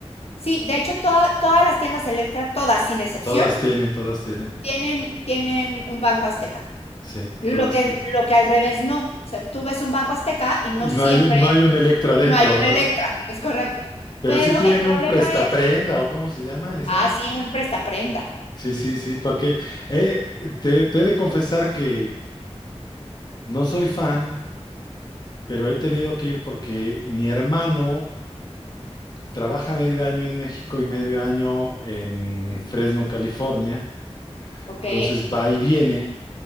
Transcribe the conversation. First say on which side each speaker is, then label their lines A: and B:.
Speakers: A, on the left; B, on the left.
A: Sí, de hecho toda- todas las tiendas Electra, todas sin excepción,
B: Todas tienen, todas tienen.
A: tienen, tienen un Banco Azteca.
B: Sí,
A: Lo
B: todas
A: que, lo que al revés no. O sea, tú ves un Banco Azteca y no
B: Y no
A: siempre
B: hay, un- no hay un Electra dentro,
A: no hay un
B: ¿verdad?
A: Electra, es correcto.
B: Pero
A: Pero
B: sí tienen
A: el problema
B: un prestaprenda,
A: es,
B: ¿o cómo se llama esa?
A: ah, sí, un prestaprenda,
B: Sí, sí, sí, porque eh, te, te he de confesar que no soy fan, pero he tenido que ir porque mi hermano trabaja medio año en México y medio año en Fresno, California.
A: ¿ok?
B: Entonces va y viene